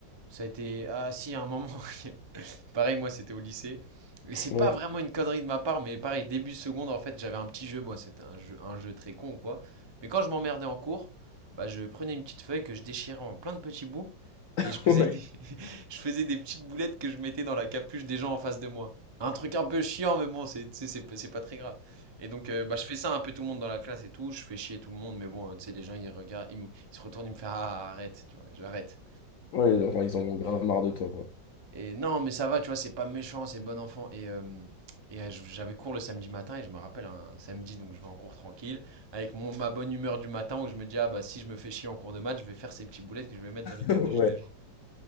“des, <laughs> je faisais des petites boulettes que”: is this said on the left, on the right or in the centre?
Right